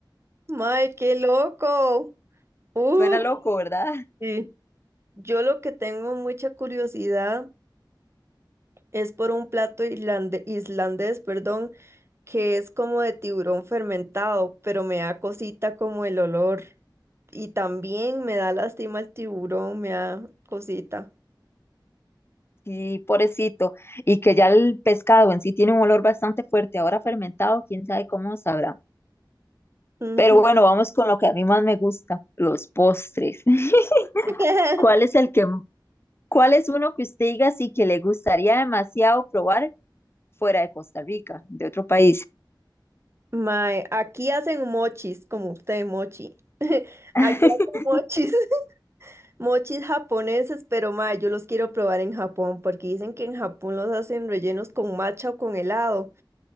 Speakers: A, on the right; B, on the left.
A: Ma, qué loco. Uh,
B: Suena loco, ¿verdad?
A: sí. Yo lo que tengo mucha curiosidad es por un plato irlande- islandés, perdón, que es como de tiburón fermentado, pero me da cosita como el olor. Y también me da lástima el tiburón, me da cosita.
B: Sí, pobrecito. Y que ya el pescado en sí tiene un olor bastante fuerte, ahora fermentado, quién sabe cómo sabrá.
A: Ujú.
B: Pero bueno, vamos con lo que a mí más me gusta, los postres. <laughs>
A: <laughs>
B: ¿Cuál es el que, cuál es uno que usted diga sí que le gustaría demasiado probar fuera de Costa Rica, de otro país?
A: Mae, aquí hacen mochis, como usted, mochi. <laughs>
B: <laughs>
A: Aquí hacen mochis, <laughs> mochis japoneses, pero mae, yo los quiero probar en Japón porque dicen que en Japón los hacen rellenos con matcha o con helado.